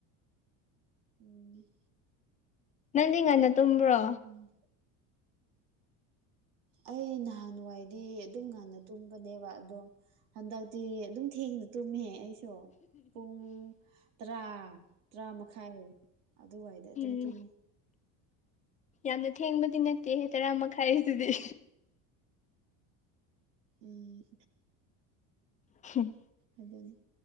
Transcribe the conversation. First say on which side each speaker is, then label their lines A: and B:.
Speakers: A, on the right; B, on the left.
A: ꯎꯝ
B: ꯅꯪꯗꯤ ꯉꯟꯅ ꯇꯨꯝꯕ꯭ꯔꯣ
A: ꯑꯗꯨꯅ ꯑꯩ ꯅꯍꯥꯟꯋꯥꯏꯗꯤ ꯑꯗꯨꯝ ꯉꯟꯟꯅ ꯇꯨꯝꯕꯅꯦꯕ ꯑꯗꯣ ꯍꯟꯗꯛꯇꯤ ꯑꯗꯨꯝ ꯊꯦꯡꯅ ꯇꯨꯝꯃꯦ ꯑꯩꯁꯨ ꯄꯨꯡ ꯇꯔꯥ ꯇꯔꯥ ꯃꯈꯥꯏ ꯑꯗꯨꯋꯥꯏꯗ ꯑꯗꯨꯝ
B: ꯎꯝ
A: ꯇꯨꯝꯃꯤ
B: ꯌꯥꯝꯅ ꯊꯦꯡꯕꯗꯤ ꯅꯠꯇꯦꯍꯦ ꯇꯔꯥ ꯃꯈꯥꯏꯁꯤꯗꯤ
A: ꯎꯝ
B: ꯍꯨꯝ
A: ꯑꯗꯨꯅꯤ